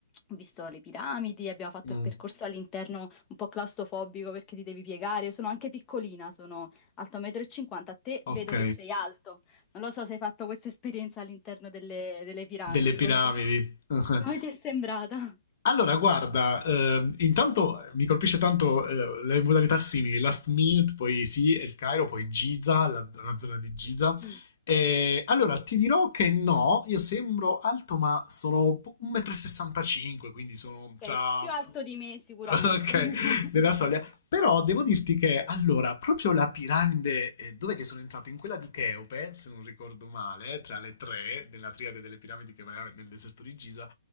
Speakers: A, on the left; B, on the left.
A: Ho visto le piramidi, abbiamo fatto
B: Mm,
A: il percorso all'interno un po' claustrofobico perché ti devi piegare. Io sono anche piccolina, sono alto 1,50 m. A te vedo
B: Ok,
A: che sei alto. Non lo so se hai fatto questa esperienza all'interno delle, delle piramidi,
B: delle piramidi.
A: come ti è,
B: <laughs>
A: come ti è sembrata?
B: Allora, guarda, eh, intanto eh, mi colpisce tanto eh, le modalità simili, Last Minute, poi sì, El Cairo, poi Giza, la, la zona di Giza.
A: Mm.
B: Eh, allora, ti dirò che no, io sembro alto, ma sono 1,65 m, quindi sono
A: Ok,
B: tra
A: più alto di me sicuramente.
B: <laughs> Ok,
A: <laughs>
B: nella soglia. Però devo dirti che allora, proprio la piramide, eh, dove che sono entrato? In quella di Cheope, se non ricordo male, tra le tre della triade delle piramidi che va nel deserto di Giza,